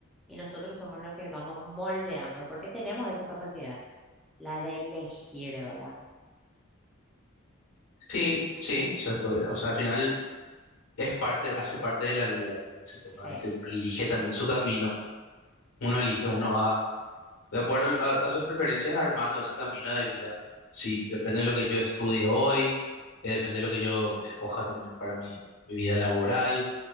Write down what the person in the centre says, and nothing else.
y nosotros somos los que vamos moldeando, porque tenemos esa capacidad, la de elegir, ¿verdad?
Sí,